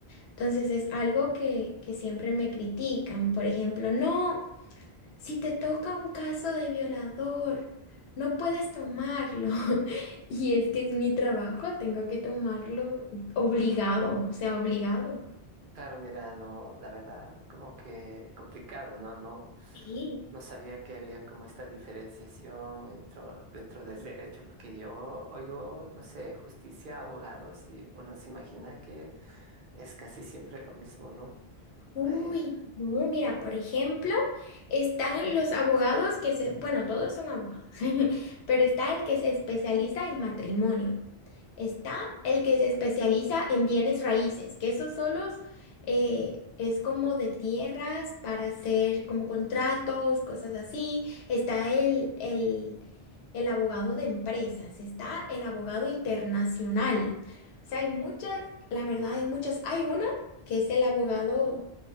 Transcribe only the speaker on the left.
Entonces es algo que, que siempre me critican. Por ejemplo, no, si te toca un caso de violador, no puedes tomarlo. <laughs> Y es que es mi trabajo, tengo que tomarlo obligado, o sea, obligado.
Sí.
Uy,
no, mira, por ejemplo, están los abogados que se, bueno, todos son abogados, <laughs> pero está el que se especializa en matrimonio. Está el que se especializa en bienes raíces, que esos solos eh, es como de tierras para hacer como contratos, cosas así. Está el, el, el abogado de empresas, está el abogado internacional. O sea, hay muchas, la verdad hay muchas. Hay una que es el abogado